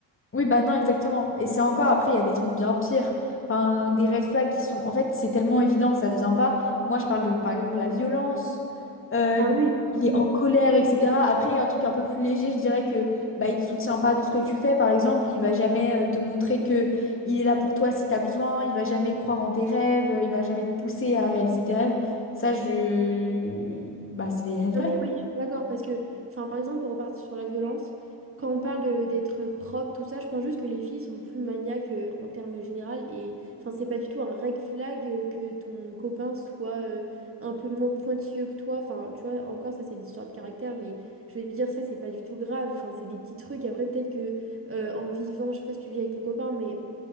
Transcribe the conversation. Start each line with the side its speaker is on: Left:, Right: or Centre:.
Left: Oui, bah non, exactement. Et c'est encore après, il y a des trucs bien pires. Enfin, des red flags qui sont. En fait, c'est tellement évident que ça ne devient pas. Moi, je parle de, par exemple, la violence, euh,
Right: Ah oui,
Left: il
Right: ah
Left: est
Right: oui.
Left: en colère, etc. Après, il y a un truc un peu plus léger, je dirais que bah, il te soutient pas dans ce que tu fais, par exemple. Il va jamais euh, te montrer que il est là pour toi si tu as besoin. Il va jamais croire en tes rêves. euh, Il va jamais te pousser à réaliser tes rêves. Ça, je. Bah, c'est des red
Right: Non,
Left: flags.
Right: mais oui, je suis d'accord, parce que, enfin, par exemple, pour repartir sur la violence, quand on parle de- d'être propre, tout ça, je pense juste que les filles sont plus maniaques euh, en termes général, et enfin, c'est pas du tout un red flag euh, que ton copain soit euh, un peu moins pointilleux que toi, enfin, tu vois, encore, ça, c'est des histoires de caractère, mais je veux dire, ça, c'est pas du tout grave, enfin, c'est des petits trucs, après, peut-être que euh, en vivant, je sais pas si tu vis avec ton copain, mais